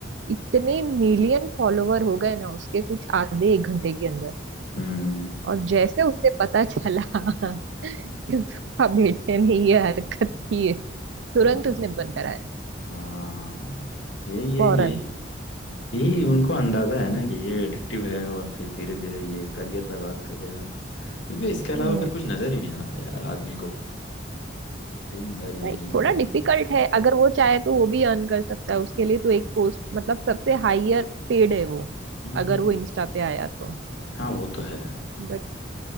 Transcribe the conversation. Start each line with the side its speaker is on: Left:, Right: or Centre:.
Right: इतने मिलियन फॉलोवर हो गए ना उसके कुछ आधे एक घंटे के अंदर
Left: हम्म,
Right: और जैसे उसे पता चला <laughs> कि उसका बेटे ने ये हरकत की है तुरंत
Left: फॉरन
Right: उसने बंद कराया
Left: हाँ यही यही
Right: फौरन
Left: यही यही उनको अंदाजा है ना कि ये एडिक्टिव है और फिर धीरे धीरे ये करियर बर्बाद कर देगा क्योंकि इसके अलावा
Right: हम्म,
Left: फिर कुछ नजर ही नहीं आता यार आदमी को दिन भर यही
Right: नहीं थोड़ा
Left: दिन
Right: डिफिकल्ट
Left: रात वही।
Right: है अगर वो चाहे तो वो भी अर्न कर सकता है उसके लिए तो एक पोस्ट मतलब सबसे हाईयर पेड है वो
Left: हम्म
Right: अगर
Left: हम्म हम्म।
Right: वो इंस्टा पे आया तो
Left: हाँ वो तो है
Right: बट